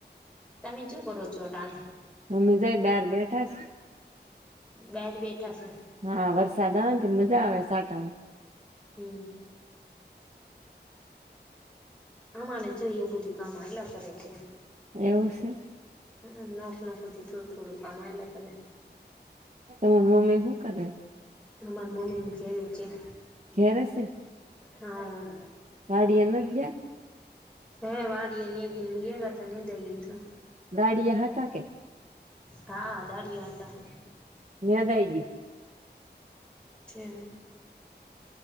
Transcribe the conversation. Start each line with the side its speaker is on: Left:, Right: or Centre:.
Centre: તમે શું કરો છો અટાણે
Right: અમે જાય બાર બેઠા સ
Centre: બાર બેઠા સો
Right: હા વરસાદ આવે ને મજા આવે સાટાવાની
Centre: હમ્મ. <inaudible> અમારે જઈ એ બધુ કામ હલ્યા કરે છે.
Right: એવું છે.
Centre: આમ નોખ નોખ હુદી થોડુ થોડું કામા હલ્યા કરે.
Right: તમાર મમ્મી હું કરે.
Centre: અમાર મમ્મીનું ચેન ચેન
Right: ઘેરે છે
Centre: <inaudible> હઓ <unintelligible>
Right: વાડીએ નથી ગયા
Centre: હે વાડીએ ની દઈ ગયા આયા તા ની દઈએ તો
Right: દાડીયા હાકા કે
Centre: હા દાળિયા હતા.
Right: યાદ આઈ ગી
Centre: છે.